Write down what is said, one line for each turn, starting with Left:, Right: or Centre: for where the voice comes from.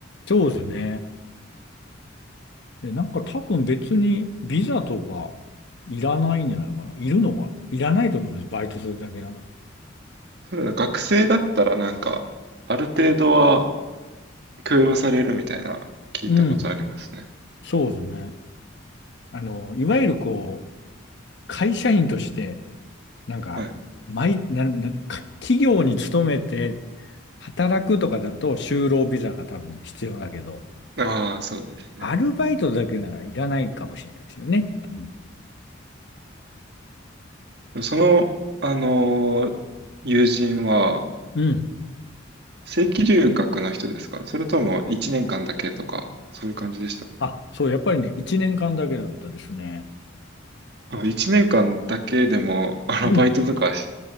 Left: そうですね。で、なんか多分別にビザとかいらないんじゃないかな。いるのかないらないと思います。バイトするだけなら。
Right: ただ学生だったらなんか、ある程度は許容されるみたいな、聞いたことありますね。
Left: うん。そうですね。あの、いわゆるこう、会社員として、なんか、
Right: はい。
Left: 毎、なん、なん、か企業に勤めて働くとかだと就労ビザが多分必要だけど、
Right: ああ、そうですね。
Left: アルバイトだけならいらないかもしれないですよね。うん。
Right: でもその、あのー友人は、
Left: うん
Right: 正規留学の人ですかそれとも1年間だけとか、そういう感じでしたか
Left: あ、そう、やっぱりね、1年間だけだったですね。
Right: あ、1年間だけでも、あの、
Left: うん。
Right: バイトとかし